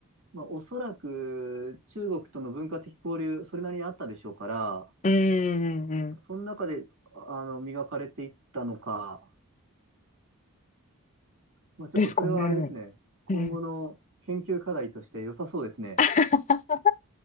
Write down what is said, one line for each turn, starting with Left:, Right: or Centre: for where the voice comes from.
Right: まあおそらく中国との文化的交流、それなりにあったでしょうから、
Left: うんうんうん
Right: その中で、あの、磨かれていったのか、まあちょっとそれはあれですね、
Left: ですかね。
Right: 今後の研究課題として良さそうですね。
Left: うん。<laughs>